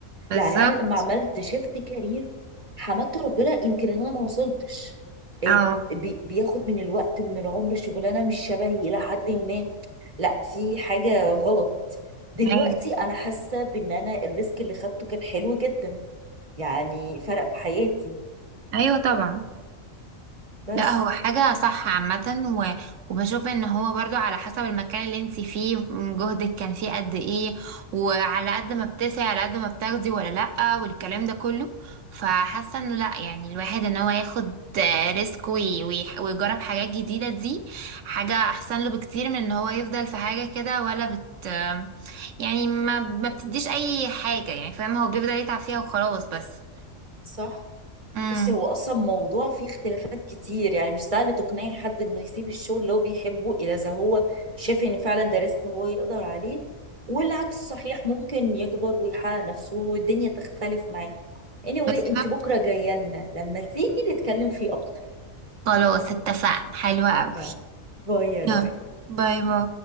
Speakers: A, on the right (about 70°); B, on the right (about 25°).
A: بالظبط
B: يعني انا لما عملت شيفت كارير حمدت ربنا يمكن ان انا ما وصلتش إيه،
A: اه
B: بي- بياخد من الوقت من العمر شغلانه مش شبهي الى حد ما لا في حاجه غلط دلوقتي
A: ايوه
B: انا حاسه بان انا الريسك اللي خدته كان حلو جدا يعني فرق في حياتي
A: ايوه طبعا
B: بس
A: لا هو حاجة صح عامة و... وبشوف ان هو برضو على حسب المكان اللي انت فيه م- جهدك كان فيه قد ايه وعلى قد ما بتسعي على قد ما بتاخدي ولا لأ والكلام ده كله فحاسة انه لأ يعني الواحد ان هو ياخد آه، ريسك وي... وي... ويجرب حاجات جديدة دي حاجة احسن له بكتير من ان هو يفضل في حاجة كده ولا بت آه، يعني ما ما بتديش اي حاجة يعني فاهم هو بيفضل يتعب فيها وخلاص بس
B: صح
A: امم
B: بصي هو اصلا موضوع فيه اختلافات كتير يعني مش سهل تقنعي حد انه يسيب الشغل اللي هو بيحبه الا اذا هو شايف ان فعلا ده ريسك هو يقدر عليه والعكس صحيح ممكن يكبر ويحقق نفسه والدنيا تختلف معاه anyway
A: بالظبط
B: انت بكره جايه لنا لما تيجي نتكلم فيه اكتر
A: خلاص اتفقنا حلوة أوي
B: يلا باي يا روحي
A: يلا باي باي